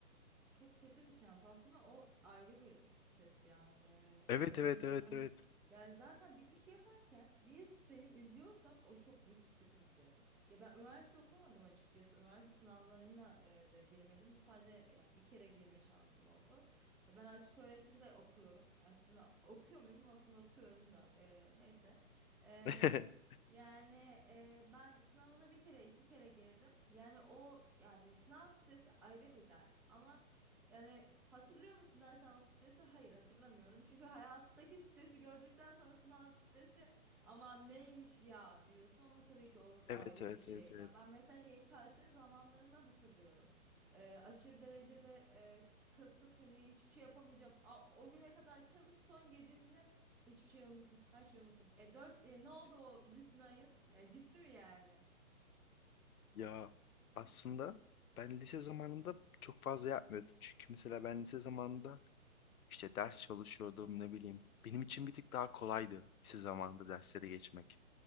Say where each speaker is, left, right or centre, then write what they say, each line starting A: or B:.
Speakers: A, in the centre; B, on the left.
A: Çok kötü bir şans. Aslında o ayrı bir stres ya. Ee,
B: Evet
A: bir hocanın
B: evet evet evet.
A: ya zaten bir iş yaparken bir seni izliyorsa o çok büyük bir sıkıntı. Ya ben üniversite okumadım açıkçası. Üniversite sınavlarına e, da girmedim. Sadece ya bir kere girme şansım oldu. E, ben açık öğretimde okuyorum. Aslında okuyor muyum? Aslında okuyorum da e, neyse. E,
B: <laughs>
A: Yani e, ben sınavına bir kere iki kere girdim. Yani o yani sınav stresi ayrı bir dert ama yani hatırlıyor musun dersen o stresi hayır hatırlamıyorum. Çünkü hayattaki stresi gördükten sonrasından stresi ama neymiş ya diyorsun ama tabii ki o ayrı
B: Evet evet
A: bir şey
B: evet evet.
A: ya. Ben mesela YKS zamanlarımı hatırlıyorum. Ee, aşırı derecede e, kasıp hani hiçbir şey yapamayacağım. A- o güne kadar çalış son gecesinde hiçbir şey unuttum. Her şeyi unuttum. E, dört, e, ne oldu o bütün ayın? Ya gitti mi yani?
B: Ya aslında ben lise zamanında çok fazla yapmıyordum. Çünkü mesela ben lise zamanında işte ders çalışıyordum ne bileyim. Benim için bir tık daha kolaydı lise zamanında derslere geçmek.